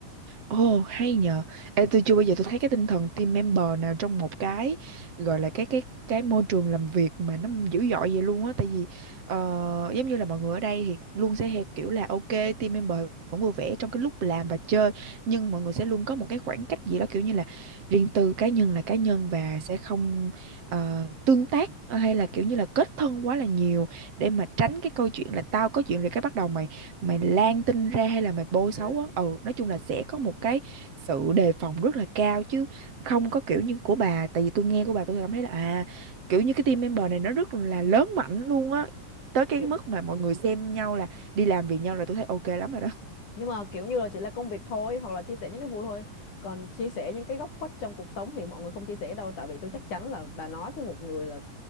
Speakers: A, on the right (about 50°); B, on the left (about 75°).
A: ồ hay nhờ Ê, tôi chưa bao giờ tôi thấy cái tinh thần team member nào trong một cái gọi là cái cái cái môi trường làm việc mà nó dữ dội vậy luôn á tại vì ờ, giống như là mọi người ở đây thì luôn sẽ theo kiểu là ok team member vẫn vui vẻ trong cái lúc làm và chơi nhưng mọi người sẽ luôn có một cái khoảng cách gì đó kiểu như là riêng tư cá nhân là cá nhân và sẽ không ờ, tương tác ờ, hay là kiểu như là kết thân quá là nhiều để mà tránh cái câu chuyện là tao có chuyện rồi cái bắt đầu mày mày lan tin ra hay là mày bôi
B: à
A: xấu á ừ nói chung là sẽ có một cái sự đề phòng rất là cao chứ không có kiểu như của bà tại vì tôi nghe của bà tôi cảm thấy là à kiểu như cái team member này nó rất là lớn mạnh luôn á tới cái
B: kiểu-
A: mức mà mọi người xem nhau là đi làm vì nhau là tôi thấy ok lắm rồi đó
B: nhưng mà kiểu như là chỉ là công việc thôi hoặc là chia sẻ những cái vui thôi còn chia sẻ những cái góc khuất trong cuộc sống thì mọi người không chia sẻ đâu tại vì tôi chắc chắn là bà nói với một người là